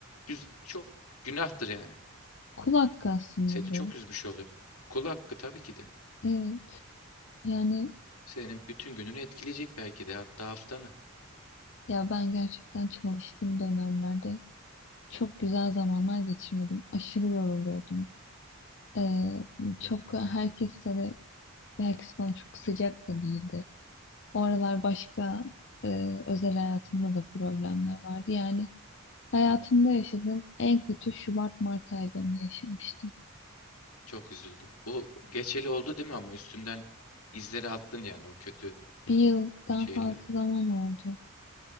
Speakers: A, on the left (about 90°); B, on the left (about 55°).
A: güz- çok günahtır yani.
B: Kul hakkı aslında
A: Seni
B: bu.
A: çok üzmüş oluyor. Kul hakkı tabii ki de.
B: Evet. Yani
A: Senin bütün gününü etkileyecek belki de hatta haftanı.
B: ya ben gerçekten çalıştığım dönemlerde çok güzel zamanlar geçirmedim. Aşırı yoruluyordum. Ee, çok herkese de herkes bana çok sıcak da değildi. O aralar başka e, özel hayatımda da problemler vardı. Yani hayatımda yaşadığım en kötü Şubat-Mart aylarını yaşamıştım.
A: Çok üzüldüm. Bu geçeli oldu değil mi ama üstünden izleri attın yani o kötü
B: Bir yıldan
A: şeyleri.
B: fazla zaman oldu.